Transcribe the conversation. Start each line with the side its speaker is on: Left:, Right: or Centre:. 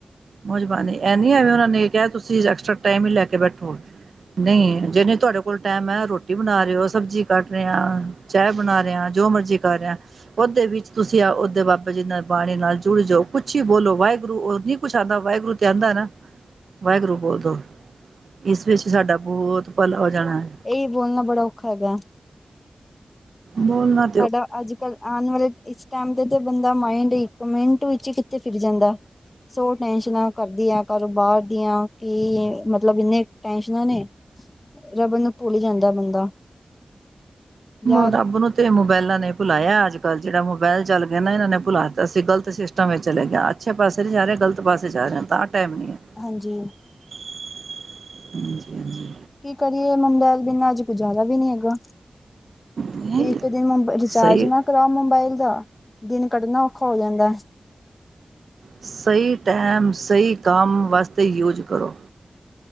Right: ਮੂਹ ਜਬਾਨੀ, ਐ ਨੀ ਆਵੇਂ ਉਹਨਾਂ ਨੇ ਕਿਹਾ ਤੁਸੀਂ ਐਕਸਟਰਾ ਟਾਈਮ ਹੀ ਲੈ ਕੇ ਬੈਠੋ। ਨਹੀਂ, ਜਿਹਨੇ ਤੁਹਾਡੇ ਕੋ- ਕੋਲ ਟੈਮ ਹੈ, ਰੋਟੀ ਬਣਾ ਰਹੇ ਹੋ, ਸਬਜ਼ੀ ਕੱਟ ਰਿਹੇਹਾ, ਚਾਹ ਬਣਾ ਰਹੇਹਾ, ਜੋ ਮਰਜ਼ੀ। ਕਰ ਰਿਹਾ, ਉਹਦੇ ਵਿੱਚ, ਤੁਸੀਂ ਆ ਉਹਓਦੇ ਬਾਬੇ ਜੀ ਨਾਲ, ਬਾਣੀ ਨਾਲ, ਜੁੜ ਜਾਓ। ਕੁੱਛ ਹੀ ਬੋਲੋ ਵਾਹਿਗੁਰੂ ਨੀ। ਕੁਛ ਆਂਦਾ ਵਾਹਿਗੁਰੂ, ਤੇ ਆਂਦਾ ਨਾ, ਵਾਹਿਗੁਰੂ ਬੋਲਦੋ। ਇਸ ਵਿੱਚ ਸਾਡਾ ਬੋਅਤ ਭਲਾ ਹੋ ਜਾਣਾ ਐ।
Left: ਏ-ਈ ਬੋਲਣਾ ਬੜਾ ਔਖਾ ਹੈਗਾ।
Right: ਬੋਲ ਨਾ
Left: ਸਾਡਾ ਅੱਜ-ਕੱਲ੍ਹ ਆਣ ਵਾਲੇ ਇਸ ਟਾਈਮ ਤੇ-ਤੇ ਬੰਦਾ ਮਾਇੰਡ ਇੱਕ ਮਿੰਟ ਵਿੱਚ ਕਿੱਥੇ ਫਿਰ ਜਾਂਦਾ। ਸੋ ਟੈਸ਼ਨਾਂ ਕਰਦੀ ਆ ਕਾਰੋ- ਬਾਰ ਦੀਆਂ ਕੀ ਮਤਲਬ ਇਨੇ ਟੈਸ਼ਨਾਂ ਨੇ। ਰਬ ਨੂੰ ਭੁੱਲ ਜਾਂਦਾ ਬੰਦਾ। ਯਾਦ
Right: ਅ ਰੱਬ ਨੂੰ ਤੇ ਮੋਬਾਇਲਾਂ ਨੇ ਭੁਲਾਇਆ ਅੱਜ-ਕੱਲ ਜਿਹੜਾ ਮੋਬਾਇਲ ਚਲ ਗਿਆ ਨਾ ਇਹਨਾਂ ਨੇ ਭੁਲਾ ਦਿੱਤਾ ਸੀ ਗਲਤ ਸਿਸਟ ਟਮ, ਵਿਚ ਚਲੇ ਗਿਆ ਅੱਛੇ ਪਾਸੇ ਨੀ ਜਾ ਰਿਹਾ ਗਲਤ ਪਾਸੇ ਜਾ ਰਿਹਾ ਤਾਂ ਟੇਮ ਨੀ
Left: ਹਾਂਜੀ।
Right: <unintelligible> ਹਾਂਜੀ-ਹਾਂਜੀ।
Left: ਕੀ ਕਰੀਏ ਮਬਾਇਲ ਬਿਨਾ ਅੱਜ ਗੁਜ਼ਾਰਾ ਵੀ ਨੀ ਹੈਗਾ।
Right: ਨਹੀਂ
Left: ਇੱਕ ਦਿਨ ਮੁਬ ਰਿਚਾਰਜ
Right: ਸਹੀ
Left: ਨਾ ਕਰਾ ਮੋਬਾਇਲ ਦਾ ਦਿਨ ਕੱਢਣਾ ਔਖਾ ਹੋ ਜਾਂਦਾ ਐ।
Right: ਸਈ ਟੇਮ, ਸਈ ਕੰਮ ਵਾਸਤੇ ਯੂਜ ਕਰੋ।